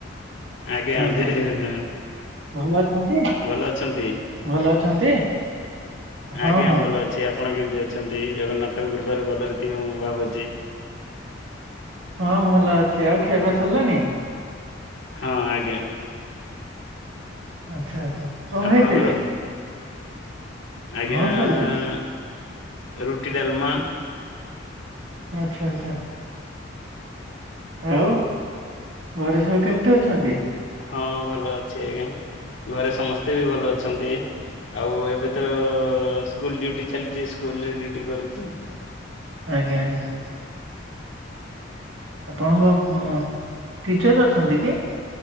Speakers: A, on the left (about 75°); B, on the right (about 80°).
A: ଆଜ୍ଞା,
B: ହଁ
A: ଜୟ
B: ହଁ
A: ଜଗନ୍ନାଥ।
B: ଭଲ ଅଛନ୍ତି,
A: ଭଲ ଅଛନ୍ତି?
B: ଭଲ ଅଛନ୍ତି? ହଁ
A: ଆଜ୍ଞା
B: ହଁ
A: ଭଲ ଅଛି ଆପଣ କେମତି ଅଛନ୍ତି? ଜଗନ୍ନାଥଙ୍କ କୃପାରୁ ଭଲରେ ଥିବେ ମୁଁ ଭାବୁଛି।
B: ହଁ ଭଲ ଅଛି ଆଉ ଖିଆ ପିଆ ସରିଲାଣି?
A: ହଁ ଆଜ୍ଞା।
B: ଆଚ୍ଛା ଆଚ୍ଛା କଣ
A: ଆପଣଙ୍କର
B: ଖାଇଥିଲେ?
A: ଆଜ୍ଞା
B: ହଁ
A: ଆ
B: ସରିଲାଣି
A: ରୁଟି ଡାଲମା।
B: ଆଚ୍ଛା ଆଚ୍ଛା। ଆଉ ଘରେ ସବୁ କେମିତି ଅଛନ୍ତି?
A: ହଁ ଭଲ ଅଛି ଆଜ୍ଞା। ଘରେ ସମସ୍ତେ ବି ଭଲ ଅଛନ୍ତି। ଆଉ ଏବେ ତ ସ୍କୁଲ ଡୁଟି ଚାଲିଛି ସ୍କୁଲରେ ଡୁଟି କରୁଛି।
B: ଆଜ୍ଞା ଆଜ୍ଞା। ଆପଣଙ୍କ-ଅ ଟିଚର ଅଛନ୍ତି କି?